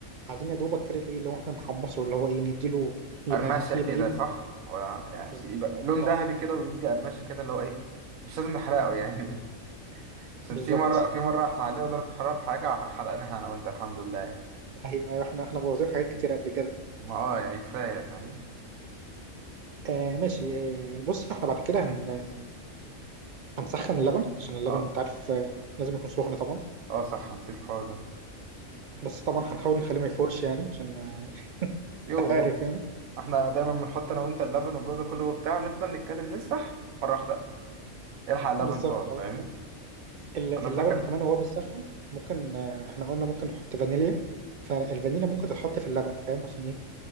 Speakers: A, on the right (about 70°); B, on the right (about 85°).
A: عايزين يا دوبك كده ايه اللي هو احنا نحمصه اللي هو ايه نديله يبقى
B: قرمشة
A: يبقى
B: كده
A: ايه
B: صح و- يعني
A: بالظبط
B: يبقى لون ذهبي
A: صح
B: كده ويدي قرمشة كده اللي هو ايه مش لازم نحرقه يعني <laughs> عشان
A: بالظبط
B: في مرة في مرة احنا علينا درجة حرارة في حاجة حرقناها انا وانت الحمد لله يعني.
A: ايوه ايوه احنا احنا بوظنا حاجات كتير قبل كده
B: ما اه يعني كفاية فاهم
A: آه ماشي آه، بص احنا بعد كده هن... هنسخن اللبن عشان اللبن
B: اه
A: انت عارف آه، لازم يكون سخن طبعا
B: اه صح نسيت الحوار ده
A: بس طبعا هنحاول نخليه ما يفورش يعني عشان آه، <laughs>
B: يوه
A: انت عارف يعني
B: احنا دايما بنحط انا وانت اللبن والجو ده كله وبتاع ونفضل نتكلم نسرح مرة واحدة الحق اللبن
A: بالظبط
B: فور فاهمني
A: ال-
B: انا
A: اللبن
B: فاكر
A: كمان وهو بيسخن ممكن آه، احنا قلنا ممكن نحط فانيليا فالفانيليا ممكن تتحط في اللبن فاهم عشان ايه